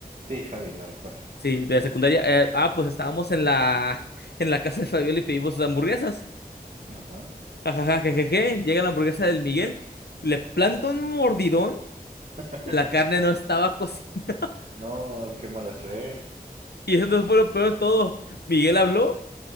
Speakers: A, on the right; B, on the left.
A: Sí, Fabi, la recuerdo.
B: Sí, de secundaria. Eh, ah, pues estábamos en la, <laughs> en la casa de Fabiola y pedimos hamburguesas.
A: Ajá.
B: Ajaja, jejeje. Llega la hamburguesa del Miguel, le planta un mordidón.
A: <laughs>
B: La carne no estaba cocida
A: No, qué mala suerte.
B: Y eso no fue lo peor de todo. Miguel habló